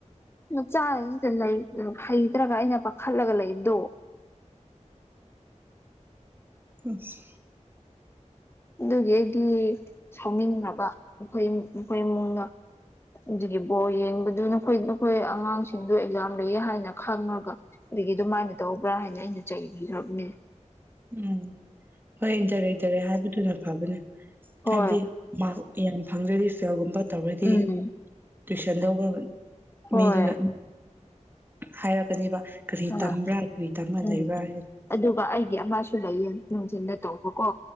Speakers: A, on the left; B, on the right.
A: ꯃꯆꯥꯁꯤꯗ ꯂꯩ ꯍꯩꯇ꯭ꯔꯒ ꯑꯩꯅ ꯄꯥꯈꯠꯂꯒ ꯂꯩꯕꯗꯣ
B: ꯑꯁ
A: ꯑꯗꯨꯒꯤ ꯑꯩꯗꯤ ꯁꯥꯎꯅꯤꯡꯅꯕ ꯃꯈꯣꯏ ꯏꯃꯨꯡ ꯃꯈꯣꯏ ꯏꯃꯨꯡꯅ꯫ ꯑꯗꯨꯒꯤ ꯕꯣꯜ ꯌꯦꯡꯕꯗꯨ ꯅꯈꯣꯏ ꯅꯈꯣꯏ ꯑꯉꯥꯡꯁꯤꯡꯗꯨ ꯑꯦꯛꯖꯥꯝ ꯂꯩꯌꯦ ꯍꯥꯏꯅ ꯈꯪꯉꯒ ꯑꯗꯨꯒꯤ ꯑꯗꯨꯃꯥꯏꯅ ꯇꯧꯕ꯭ꯔꯥ ꯍꯥꯏꯅ ꯑꯩꯅ ꯆꯩꯕꯤꯈ꯭ꯔꯕꯅꯦ
B: ꯎꯝ ꯍꯣꯏ ꯗꯥꯢꯔꯦꯛ ꯗꯥꯢꯔꯦꯛ ꯍꯥꯏꯕꯗꯨꯅ ꯐꯕꯅꯦ
A: ꯍꯣꯏ
B: ꯍꯥꯏꯕꯗꯤ ꯃꯥꯔꯛ ꯇꯦꯟ ꯐꯪꯗ꯭ꯔꯗꯤ ꯐꯦꯜꯒꯨꯝꯕ ꯇꯧꯔꯗꯤ
A: ꯎꯝ
B: ꯇꯨꯏꯁꯟ ꯂꯧꯕ
A: ꯍꯣꯏ
B: ꯃꯤꯗꯨꯅ ꯍꯥꯏꯔꯛꯀꯅꯤꯕ ꯀꯔꯤ
A: ꯍꯣꯏ
B: ꯇꯝꯕ꯭ꯔꯥ ꯀꯔꯤ ꯇꯝꯃ
A: ꯎꯝ
B: ꯂꯩꯕ꯭ꯔꯥ ꯍꯥꯏꯅ
A: ꯑꯗꯨꯒ ꯑꯩꯒꯤ ꯑꯃꯁꯨ ꯂꯩꯌꯦ ꯅꯨꯡꯊꯤꯟꯗ ꯇꯧꯕꯀꯣ